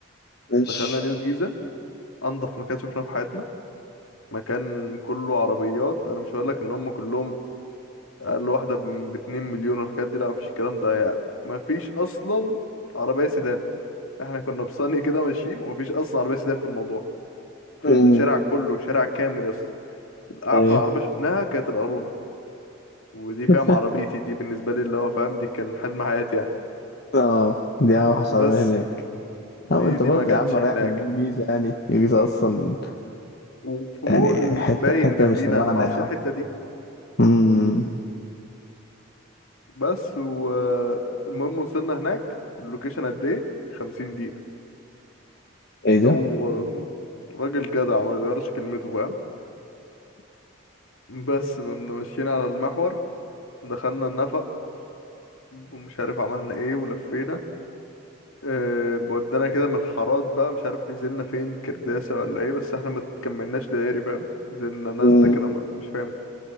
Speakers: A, on the left; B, on the left.
A: ماشي
B: دخلنا نيو جيزة انضف مكان شفناه في حياتنا مكان كله عربيات انا مش هقولك ان هم كلهم اقل واحدة ب- باتنين مليون والحاجات دي لا مفيش الكلام ده يعني مفيش اصلا عربية سيدان احنا كنا بصني كده ماشيين ومفيش اصلا عربية سيدان في الموضوع في
A: امم
B: الشارع كله شارع كامل يا اسطى اعفن
A: ايوه
B: عربيه شفناها كانت القارونه ودي
A: <laughs>
B: فاهم عربيتي دي بالنسبه لي اللي هو فاهم دي كان حلم حياتي يعني
A: اه دي اوحش عربية
B: بس
A: هناك
B: دي
A: او انت
B: دي
A: برضه
B: ما جاتش
A: يا عم رايح
B: هناك
A: لنيو جيزة يعني نيو جيزة اصلا
B: وفي مول
A: يعني حتة
B: باين
A: حتة
B: جنبينا
A: مش تبعنا
B: انا ما اعرفش
A: يا عم
B: إيه الحته دي
A: امم
B: بس والمهم وصلنا هناك اللوكيشن قد ايه 50 دقيقه
A: ايه ده؟
B: هو راجل جدع ما غيرش كلمته فاهم بس فمنا ماشيين على المحور دخلنا النفق ومش عارف عملنا ايه ولفينا آه، ودانا كده من حارات بقى مش عارف نزلنا فين كرداسة ولا ايه بس احنا ما تكملناش دائري فاهم نزلنا نازلة
A: امم
B: كده ما- مش فاهم